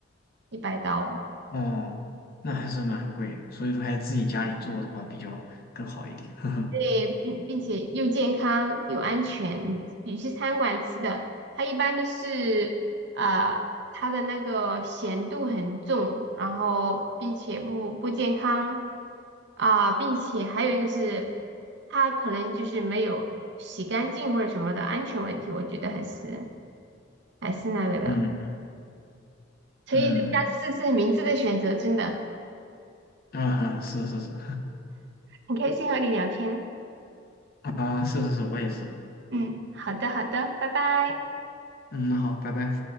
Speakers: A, on the right; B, on the left.
A: 一百刀。
B: 哦，那还是蛮贵的，所以说还是自己家里做的话比较更好一点。<laughs> 呵呵
A: 对，并并且又健康又安全。你你去餐馆吃的，它一般都是啊、它的那个咸度很重，然后并且不不健康啊、并且还有一个是它可能就是没有洗干净或者什么的安全问题，我觉得还是还是那个的。
B: 嗯
A: 所以大家试试明智的选择，
B: 嗯
A: 真的
B: 啊，是是是
A: 很开心和你聊天。
B: <laughs> 啊，是是是，我也是。
A: 嗯，好的好的，拜拜。
B: 嗯，那好，拜拜。